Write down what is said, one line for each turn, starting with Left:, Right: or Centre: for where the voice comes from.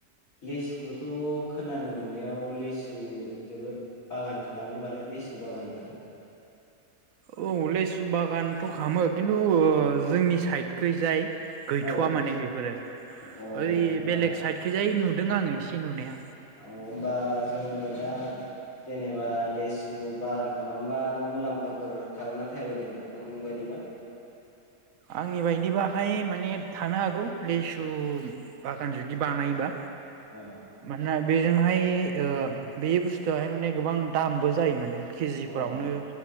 Left: लेसुखौथ' खोनानो मोननायाव लेसु जोबोद बागान खालामो बालाय लेसु बागानफोरा
Right: औ लेसु बागानथ' खामो खिन्थु जोंनि साइदखै जाय गैथ'वा
Left: औ
Right: माने बेफोरो
Left: अ होमबा
Right: ओइ बेलेग साइदखैजाय नुदों आङो एसे नुनाया
Left: अ होमबा जोङो दा जेनेबा लिसु बागान खालामबा मुलाम्फाफोर थागोन ना थाया बायदि नोंथां नों बायदिबा
Right: आंनि बायदिबाहाय माने थानो हागौ लेसु बागान जुदि बानायोबा
Left: अ
Right: मानोना बेजोंहाय ओ बे बुस्थुवहाय माने गोबां दामबो जायो माने केजिफ्रावनो
Left: अ